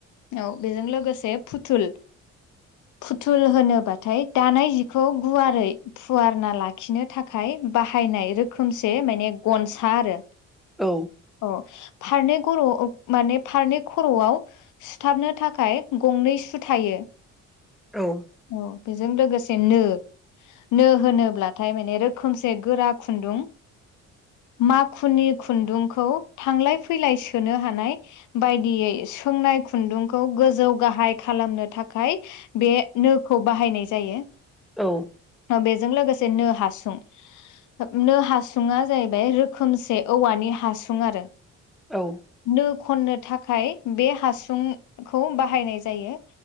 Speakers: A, on the left (about 75°); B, in the centre.
A: औ बेजों लोगोसे फुथुल फुथुल होनोबाथाय दानाय जिखौ गुवार रै फुवारना लाखिनो थाखाय बाहायनाय रो खोमसे माने गनसा आरो
B: औ
A: अ फारनै खर' माने फारनै खर'आव सुथाबनो थाखाय गंनै सु थायो
B: औ
A: औ बेजों लोगोसेनो नो होनोब्लाथाय माने रोखोमसे गोरा खुन्दुं माखुनि खुन्दुंखौ थांलाय फैलाय सोनो हानाय बायदियै सोंनाय खुन्दुंखौ गोजौ गाहाय खालामनो थाखाय बे नोखौ बाहायनाय जायो।
B: औ
A: बेजों लोगोसे नो हासुं नो हासुङा जाहैबाय रोखोमसे औवानि हासुं आरो
B: औ
A: नो खननो थाखाय बे हासुंखौ बाहायनाय जायो।